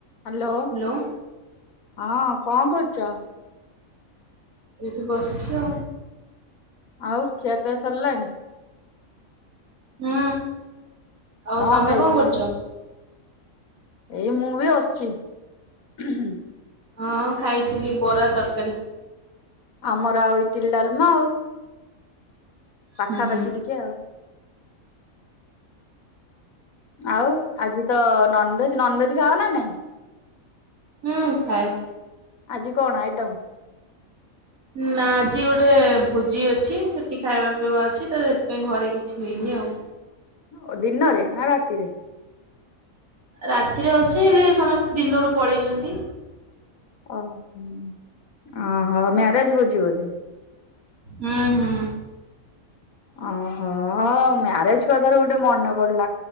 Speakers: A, on the left (about 85°); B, on the right (about 85°).
A: ହା ଲୋ
B: ହ୍ୟାଲୋ
A: ହଁ କଅଁ କରୁଚ?
B: ଏଇଠି ବସିଚ଼
A: ଆଉ ଖିଆ ପିଆ ସରିଲାଣି?
B: ହୁଁ ଆଉ
A: କଅଁ
B: ତମେ
A: ଖାଇଥିଲ?
B: କଣ କରୁଛ?
A: ଏଇ ମୁଁ ବି ଆସିଚି ଉୁ ହୁଁ।
B: ହଁ ଖାଇଥିଲି ବରା ତରକାରୀ।
A: ଆମର ଆଉ ଇଟିଲି ଡାଲମା ଆଉ ପାଖାପାଖି
B: ହୁଁ ହୁଁ
A: ଟିକେ ଆଉ ଆଉ ଆଜି ତ ନନଭେଜ ନଭେଜ୍ ଖାଅ ନା ନାଇଁ?
B: ହୁଁ ଖାଏ।
A: ଆଜି କଣ ଆଇଟମ୍?
B: ନା ଆଜି ଗୋଟେ ଭୋଜି ଅଛି ସେଠି ଖାଇବା ପିଇବା ଅଛି ତ ସେଥିପାଇଁ ଘରେ କିଛି ହେଇନି ଆଉ।
A: ଓ ଦିନରେ ନା ରାତିରେ?
B: ରାତିରେ ଅଛି ହେଲେ ସମସ୍ତେ ଦିନରୁ ପଳେଇଚନ୍ତି।
A: ଓ ହୁଁ ମ୍ୟାରେଜ ଭୋଜି ବୋଧେ?
B: ହୁଁ ହୁଁ
A: ଓହୋ ମ୍ୟାରେଜ କଥାରୁ ଗୋଟେ ମନେ ପଡିଲା।